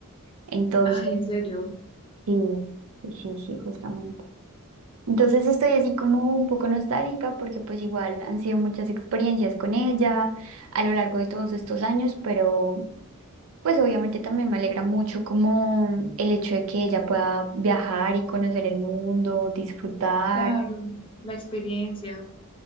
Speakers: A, on the right; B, on the left.
A: Entonces,
B: Ay, en serio,
A: sí, sí, sí, sí, justamente. Entonces estoy así como un poco nostálgica porque pues igual han sido muchas experiencias con ella a lo largo de todos estos años, pero... Pues obviamente también me alegra mucho como el hecho de que ella pueda viajar y conocer el mundo, disfrutar.
B: claro, la experiencia.